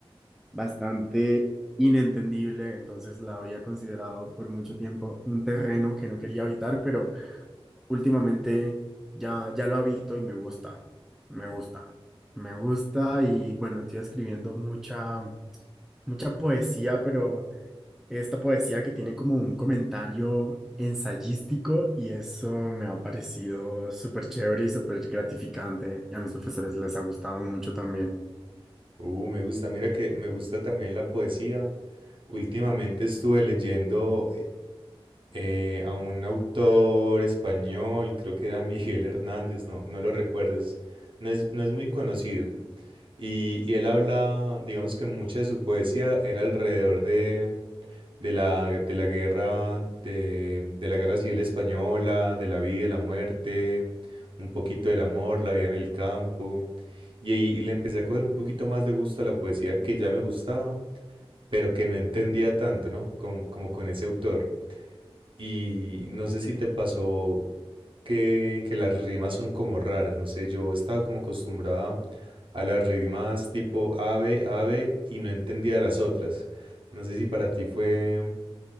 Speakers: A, in the centre; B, on the right.
A: bastante inentendible, entonces la había considerado por mucho tiempo un terreno que no quería habitar, pero últimamente ya, ya lo habito y me gusta, me gusta, me gusta y bueno, estoy escribiendo mucha, mucha poesía, pero esta poesía que tiene como un comentario ensayístico y eso me ha parecido súper chévere y súper gratificante y a mis profesores les ha gustado mucho también,
B: Uh, me gusta. Mira que me gusta también la poesía. Últimamente estuve leyendo eh, a un autor español, creo que era <laughs> Miguel Hernández, no, no lo recuerdes. No es, no es muy conocido. Y, y él habla, digamos que mucha de su poesía era alrededor de, de la, de la guerra, de, de la guerra civil española, de la vida, la muerte, un poquito del amor, la vida en el campo. Y, ahí le empecé a coger un poquito más de gusto a la poesía que ya me gustaba, pero que no entendía tanto, ¿no? Como, como con ese autor. Y no sé si te pasó que, que las rimas son como raras, no sé, yo estaba como acostumbrada a las rimas tipo ave, ave y no entendía las otras. No sé si para ti fue